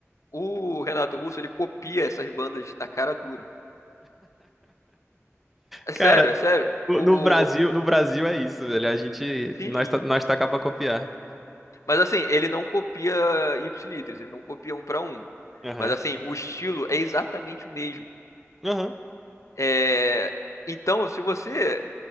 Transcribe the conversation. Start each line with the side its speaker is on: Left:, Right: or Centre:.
Left: O Renato Russo, ele copia essas bandas na cara dura. É
Centre: Cara,
Left: sério, é sério.
Centre: no,
Left: O,
Centre: no Brasil,
Left: o...
Centre: no Brasil é isso, velho. A gente,
Left: Sim,
Centre: nós tá, nós tá cá pra copiar.
Left: mas assim, ele não copia Ipsilitris, ele não copia um pra um.
Centre: Aham.
Left: Mas assim, o estilo é exatamente o mesmo.
Centre: Aham.
Left: É... Então, se você.